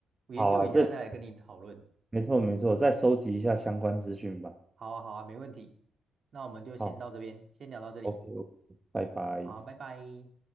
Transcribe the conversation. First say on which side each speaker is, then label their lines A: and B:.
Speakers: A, on the right; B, on the right.
A: 我研究一下再来跟你讨论。
B: 好啊，这。没错没错，再收集一下相关资讯吧。
A: 好啊，好啊，没问题。那我们就先到这边，
B: 好
A: 先聊到这里。
B: ，OK，OK，拜拜。
A: 好，拜拜。